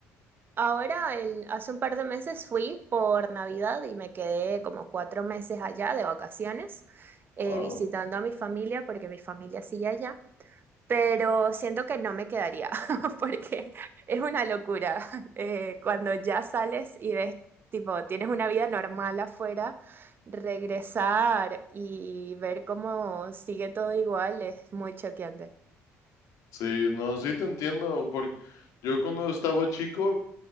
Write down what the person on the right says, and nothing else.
ahora, el- hace un par de meses fui por Navidad y me quedé como cuatro meses allá de vacaciones, eh,
visitando a mi familia porque mi familia sigue allá, pero siento que no me quedaría <laughs> porque es una locura. <laughs> eh, cuando ya sales y ves, tipo, tienes una vida normal afuera, regresar y ver cómo sigue todo igual es muy choqueante.